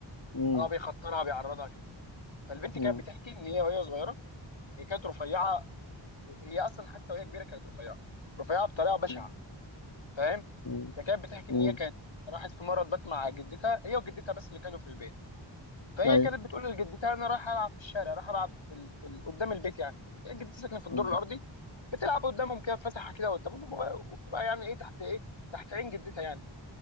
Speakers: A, on the left; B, on the left.
A: مم.
B: اه بيخطرها بيعرضها كده فالبنت
A: مم.
B: كانت بتحكي ان هي وهي صغيره هي كانت رفيعه هي اصلا حتى وهي كبيره كانت رفيعه رفيعه بطريقه بشعه
A: مم.
B: فاهم
A: مم.
B: فكانت بتحكي
A: مم.
B: ان هي كانت راحت في مره بات مع جدتها هي وجدتها بس اللي كانوا في البيت فهي
A: ايوه
B: كانت بتقول لجدتها انا رايحه العب في الشارع رايحه العب في, ال... في ال... قدام البيت يعني يعني جدتها ساكنه في الدور
A: مم.
B: الارضي بتلعب قدامهم كده فاتحه كده قدامهم وب- وبتبقى يعني ايه تحت ايه تحت عين جدتها يعني